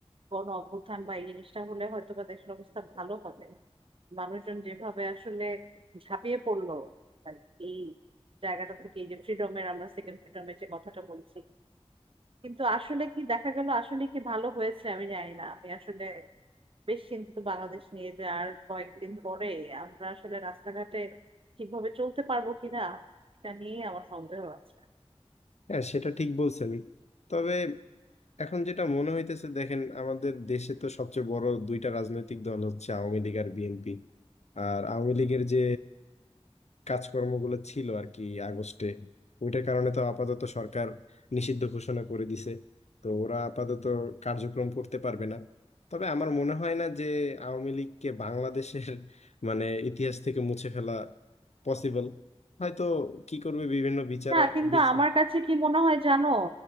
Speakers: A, on the right; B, on the left.
A: গণ অভ্যুত্থান বা এই জিনিসটা হলে হয়তো বা দেশের অবস্থা ভালো হবে মানুষজন যেভাবে আসলে ঝাঁপিয়ে পড়লো মানে এই জায়গাটা থেকে এই যে ফ্রিডমের আমরা সেকেন্ড ফ্রিডমের যে কথাটা বলছি কিন্তু আসলে কি দেখা গেল আসলে কি ভালো হয়েছে আমি জানি না আমি আসলে বেশ চিন্তিত বাংলাদেশ নিয়ে যে আর কয়েকদিন পরে আমরা আসলে রাস্তাঘাটে ঠিকভাবে চলতে পারবো কিনা এটা নিয়ে আমার সন্দেহ আছে
B: হ্যাঁ সেটা ঠিক বলছেন তবে এখন যেটা মনে হইতেছে দেখেন আমাদের দেশে তো সবচেয়ে বড় দুইটা রাজনৈতিক দল হচ্ছে আওয়ামী লীগ আর বিএনপি আর আওয়ামী লীগের যে কাজকর্মগুলো ছিল আর কি আগস্টে ওইটার কারণে তো আপাতত সরকার নিষিদ্ধ ঘোষণা করে দিছে তো ওরা আপাতত কার্যক্রম করতে পারবে না তবে আমার মনে হয় না যে আওয়ামী লীগকে বাংলাদেশের <laughs> মানে ইতিহাস থেকে মুছে ফেলা পসিবল হয়তো কি করবে বিভিন্ন বিচার
A: না কিন্তু
B: বিচ-
A: আমার কাছে কি মনে হয় জানো